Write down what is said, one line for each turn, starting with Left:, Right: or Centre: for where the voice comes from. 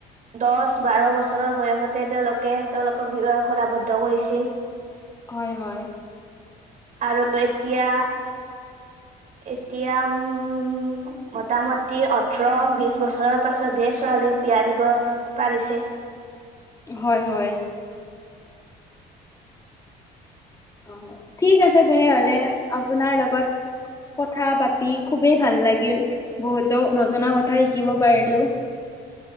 Right: দচ বাৰ বছৰৰ বয়সতে তেওঁলোকে তেওঁলোকক বিবাহ পাশত আৱদ্ধ কৰিছিল।
Left: হয়, হয়।
Right: আৰু এতিয়া এতিয়া উম মোটামটি ওঠৰ বিশ বছৰৰ পাছতহে ছোৱালীক বিয়া দিব পাৰিছে।
Left: হয়, হয়। অ' ঠিক আছে তেনেহলে, আপোনাৰ লগত কথা পাতি খুবেই ভাল লাগিল। বহুতো নজনা কথা শিকিব পাৰিলোঁ।